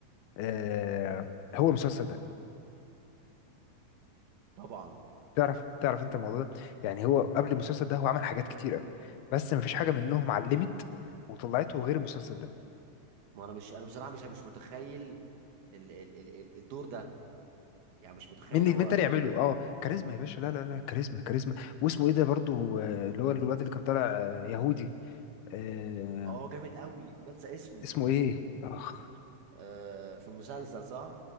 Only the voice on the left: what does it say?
آه هو المسلسل ده
تعرف تعرف انت الموضوع ده يعني هو قبل المسلسل ده هو عمل حاجات كتير قوي بس مفيش حاجه منهم علمت وطلعته غير المسلسل ده
مين اللي-
مين تاني يعمله اه كاريزما يا باشا لا لا لا كاريزما كاريزما واسمه ايه ده برضه آه، اللي هو الواد اللي كان طالع آه، يهودي آه
اسمه ايه اخ